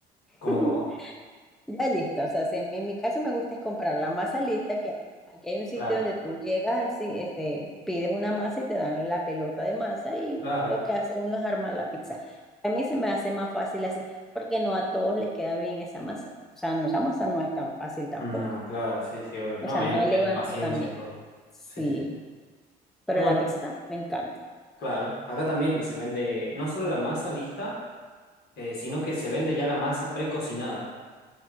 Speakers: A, on the left (about 65°); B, in the centre.
A: ¿Cómo,
B: <laughs>
A: cómo?
B: Ya lista, o sea, si en mi, en mi caso me gusta es comprar la masa lista, que aquí hay un sitio
A: Claro,
B: donde tú llegas, al si- este, pides una masa y te dan la pelota de masa y
A: claro.
B: lo que hace uno es armar la pizza. A mí se me hace más fácil así, porque no a todos les queda bien esa masa. O sea, no, esa masa no es tan fácil tampoco.
A: No, claro, sí, sí, obvio.
B: O
A: No,
B: sea,
A: hay
B: no
A: que tener
B: levanta
A: paciencia
B: tan bien.
A: y todo.
B: Sí,
A: Sí, sí.
B: pero
A: Bueno,
B: la pizza también me encanta.
A: Claro, acá también se vende no solo la masa lista, eh, sino que se vende ya la masa precocinada.